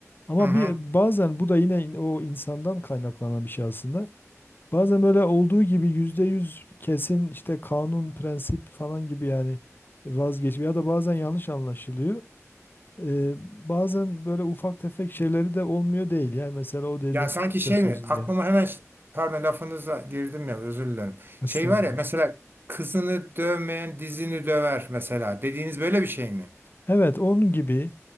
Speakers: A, on the left; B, on the right.
A: Ama
B: Hı hı.
A: bir bazen bu da yine in- o insandan kaynaklanan bir şey aslında. Bazen böyle olduğu gibi %100 kesin işte kanun, prensip falan gibi yani vazgeç ya da bazen yanlış anlaşılıyor. Ee, bazen böyle ufak tefek şeyleri de olmuyor değil. Yani mesela o dediğin
B: Ya sanki
A: atasözünde.
B: şey mi? Aklıma hemen ş- pardon lafınıza girdim ya özür dilerim.
A: Estağfurullah.
B: Şey var ya mesela kızını dövmeyen dizini döver mesela. Dediğiniz böyle bir şey mi?
A: Evet onun gibi